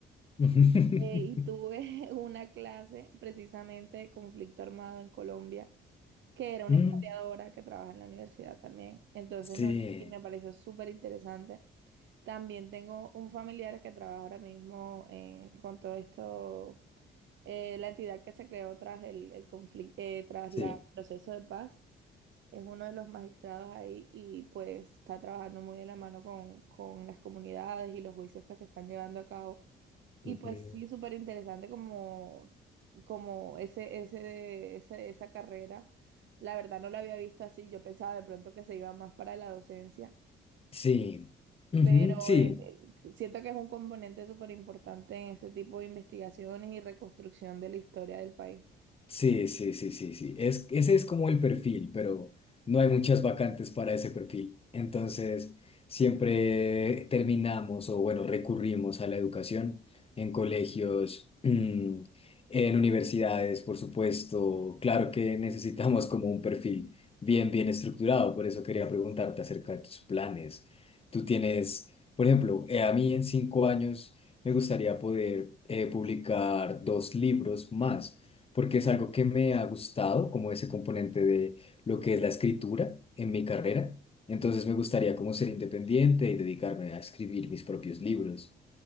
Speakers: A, on the left; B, on the right.
A: <laughs>
B: Eh, y tuve <laughs> una clase precisamente de conflicto armado en Colombia, que era una
A: Mm,
B: historiadora que trabaja en la universidad también. Entonces,
A: Sí,
B: no, y me pareció súper interesante También tengo un familiar que trabaja ahora mismo eh, con todo esto, eh, la entidad que se creó tras el, el conflicto, tras
A: sí,
B: la- el proceso de paz. Es uno de los magistrados ahí y pues está trabajando muy de la mano con, con las comunidades y los juicios que se están llevando a cabo. Y
A: ujú,
B: pues sí, súper interesante como, como ese, ese, ese, esa carrera. La verdad no la había visto así. Yo pensaba de pronto que se iba más para la docencia
A: sí, ujú,
B: pero
A: sí.
B: eh, siento que es un componente súper importante en ese tipo de investigaciones y reconstrucción de la historia del país.
A: Sí, sí, sí, sí, sí. Es, ese es como el perfil, pero no hay muchas vacantes para ese perfil. Entonces, siempre terminamos o, bueno, recurrimos a la educación en colegios, mm, en universidades, por supuesto. Claro que necesitamos como un perfil bien, bien estructurado. Por eso quería preguntarte acerca de tus planes. Tú tienes, por ejemplo, eh, a mí en cinco años me gustaría poder eh, publicar dos libros más porque es algo que me ha gustado, como ese componente de lo que es la escritura en mi carrera. Entonces me gustaría como ser independiente y dedicarme a escribir mis propios libros.